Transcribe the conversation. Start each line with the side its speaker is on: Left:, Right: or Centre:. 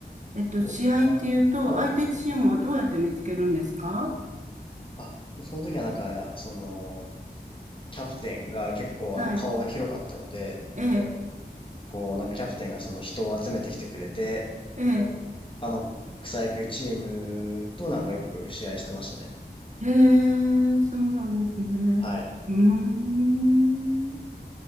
Right: え、えっと、
Left: 僕は、
Right: 試合っていうと、
Left: はい。
Right: 相手チームはどうやって見つけるんですか
Left: あ、もうその時はなんか、その、キャプテンが結構あの顔が広かったので、
Right: はい。ええ、
Left: こう、なんかキャプテンがその人を集めてきてくれて、
Right: ええ、
Left: 他の草野球チームとなんかよく試合してましたね。
Right: ええ、そうなんですね。
Left: はい。
Right: うーん。